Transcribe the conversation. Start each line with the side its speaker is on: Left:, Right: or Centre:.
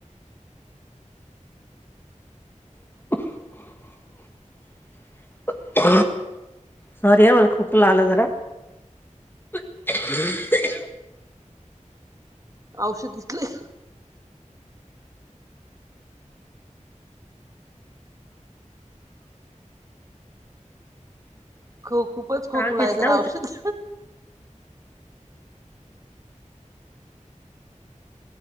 Left: <inaudible> सॉरी हा मला खोकला आला जरा. <inaudible>
Right: औषध घेतले. हो खूपच खोकला
Left: हा घेतलं
Right: आहे जरा औषध